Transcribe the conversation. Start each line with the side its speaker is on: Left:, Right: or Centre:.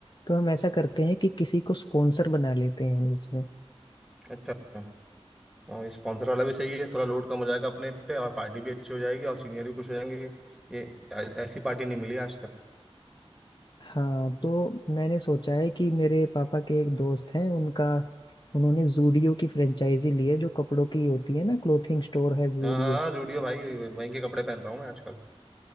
Left: तो हम ऐसा करते हैं कि किसी को स्पॉन्सर बना लेते हैं इसमें
Centre: अच्छा अच्छा और स्पॉन्सर वाला भी सही है थोड़ा लोड कम हो जाएगा अपने पे और पार्टी भी अच्छी हो जाएगी और सीनियर भी खुश हो जाएंगे ये ऐ- ऐसी पार्टी नहीं मिली आज तक
Left: हाँ तो मैंने सोचा है कि मेरे पापा के एक दोस्त हैं उनका उन्होंने जूडियो की फ्रेंचाइजी ली है जो कपड़ों की होती है ना क्लोथिंग स्टोर है जूडियो
Centre: हाँ हाँ हाँ, जुड़ियो भाई वहीं के कपड़े पहन रहा हूँ मैं आजकल